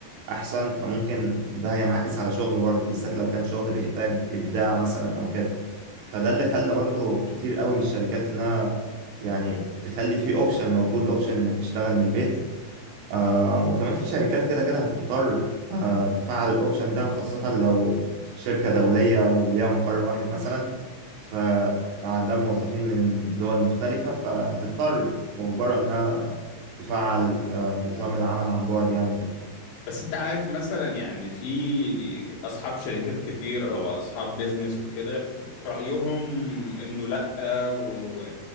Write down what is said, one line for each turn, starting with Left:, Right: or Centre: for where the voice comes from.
Right: أحسن فممكن ده هينعكس على شغله برضه بالذات لو كان شغل بيحتاج إبداع مثلا أو كده فده اللي خلى برضه كتير قوي من الشركات إنها يعني تخلي فيه أوبشن موجود أوبشن إنك تشتغل من البيت آه وكمان في شركات كده كده هتضطر آه تفعل الاوبشن ده خاصة لو شركة دولية وليها مقر واحد مثلا فعندها موظفين من دول مختلفة فهتضطر مجبرة انها تفعل آه نظام العمل عن بعد يعني وكده
Left: بس انت عارف مثلا يعني في اصحاب شركات كتير او اصحاب بيزنس وكده رأيهم انه لا و...